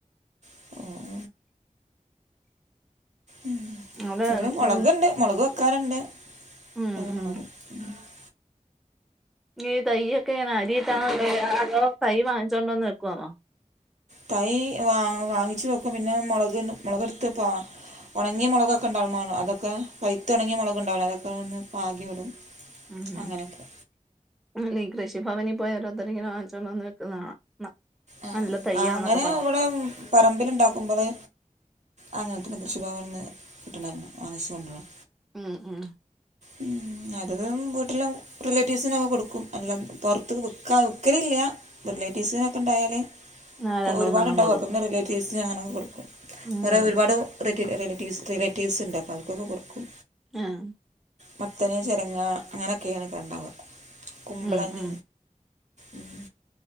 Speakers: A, on the right (about 60°); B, in the centre.
A: <unintelligible> ഉം
B: അവിടെ
A: ഇവിടെ മുളക്ണ്ട്
B: ഉം
A: മുളക് വെക്കാറുണ്ട്
B: ഉം
A: <unintelligible>
B: ഉം ഈ തയ്യൊക്കെങ്ങനാ അരീത്താണോ അതോ തൈ വാങ്ങിച്ചോണ്ടോന്ന് വെക്കുവാന്നോ
A: തൈ വാ വാങ്ങിച്ചു വെക്കും പിന്നെ മുളക് മുളക് എടുത്ത് പ ഉണങ്ങിയ മുളകൊക്കെ ഉണ്ടാവുമ്മോണ് അതൊക്കെ പൈത്തുണങ്ങിയ മുളക് ഇണ്ടാവുലെ അതൊക്കെന്ന് പാകി വിടും
B: ഉം ഉം
A: അങ്ങനെയൊക്കെ
B: അല്ല ഈ കൃഷിഭവനിൽ പോയി ഓരോരുത്തരിങ്ങനെ വാങ്ങിച്ചുകൊണ്ടൊന്ന് വെക്കുന്നെ കാണാം
A: ആഹ്
B: നല്ല തയ്യാന്നൊക്കെ
A: ആഹ്‌ അങ്ങനെ
B: പറഞ്ഞു
A: ഇവിടെ പറമ്പില് ഇണ്ടാക്കുമ്പള് അങ്ങൻതന്നെ കൃഷി ഭവൻന്ന് കിട്ട്ണെ വാങ്ങിച്ച് കൊണ്ടെരും.
B: ഉം ഉം
A: ഉം അത് വീട്ട്ലും റിലേറ്റീവ്സിനൊക്കെ കൊടുക്കും അല്ല പുറത്ത്ക് വിക്കാ വിക്കലില്ല റിലേറ്റീവ്സിനൊക്കെ ഇണ്ടായാല്
B: ആ
A: ഒക്കെ
B: രണ്ട്
A: ഒരുപാട്ണ്ടാവും
B: മൂന്നെണ്ണം കൊടുക്കും
A: അപ്പൊ പിന്ന റിലേ റ്റീവ്സ് അങ്ങനൊക്കെ കൊടുക്കും.
B: ഉം
A: വേറെ
B: ഉം
A: ഒരുപാട് റീറ്റേൽ റിലേറ്റീസ് റിലേറ്റീവ്സ്ണ്ട് അപ്പോ അവർക്കൊക്കെ കൊടുക്കും.
B: ആഹ്
A: മത്തന് ചിരങ്ങ അങ്ങനെയൊക്കെയാണ് ഇണ്ടാവുക കുമ്പളങ്ങ
B: ഉം ഉം
A: ഉം